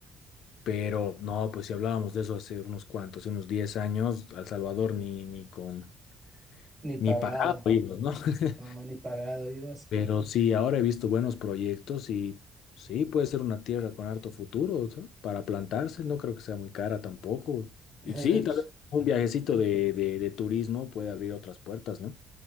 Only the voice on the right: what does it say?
Ni pagado.
No, ni pagado ibas.
<laughs> De
hecho,